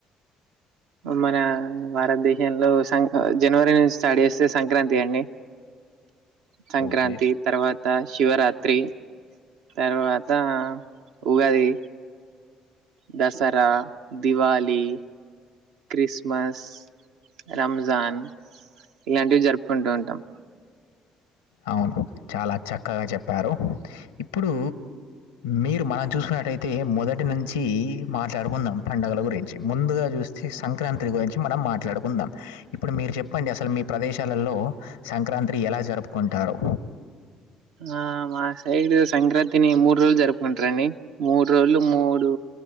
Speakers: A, on the right; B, on the left.
A: మన భారతదేశంలో సం జనవరి నుంచి స్టార్ట్ చేస్తే సంక్రాంతి అండి సంక్రాంతి
B: ఓకే
A: తర్వాత శివరాత్రి తర్వాత ఉగాది దసరా దివాలి క్రిస్మస్ రంజాన్ ఇలాంటివి జరుపుకుంటూ ఉంటాం
B: అవును చాలా చక్కగా చెప్పారు ఇప్పుడు మీరు మనం చూసుకున్నట్టయితే మొదటి నుంచి మాట్లాడుకుందాం పండుగల గురించి ముందుగా చు స్తే సంక్రాంతి గురించి మనం మాట్లాడుకుందాం ఇప్పుడు మీరు చెప్పండి అసలు మీ ప్రదేశాలలో సంక్రాంతి ఎలా జరుపుకుంటారు
A: ఆ మా సైడ్ సంక్రాంతిని మూడు రోజులు జరుపుకుంటారండి మూడు రోజులు మూడు